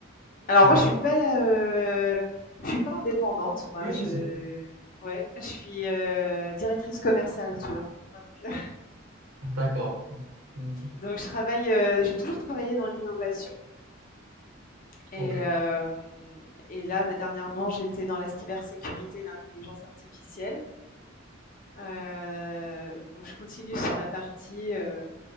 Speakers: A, on the left; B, on the right.
A: Alors
B: TGV.
A: moi, je suis pas, heu, je suis pas indépendante moi,
B: Oui,
A: je
B: je sais.
A: ouais, je suis, heu, directrice commerciale, tu vois? Donc
B: D'accord. Mm.
A: Donc je travaille, heu, j'ai toujours travaillé dans l'innovation et
B: Ok.
A: hem et là, bah, dernièrement, j'étais dans la cybersécurité et l'intelligence artificielle. Heu, donc je continue sur la partie, heu